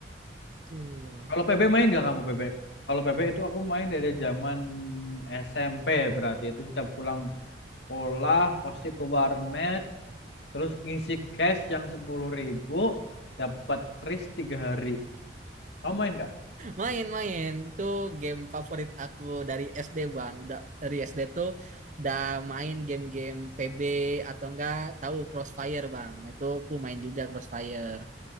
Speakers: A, on the right; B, on the left.
A: betul
B: Kalau PB main nggak kamu PB? Kalau PB itu aku main dari zaman SMP berarti itu setiap pulang sekolah pasti ke warnet terus ngisi cash yang sepuluh ribu dapat kris tiga hari. Kamu main nggak?
A: Main-main itu game favorit aku dari SD Bang. Udah dari SD tuh udah main game-game PB atau enggak tahu Crossfire Bang. Itu aku main juga Crossfire.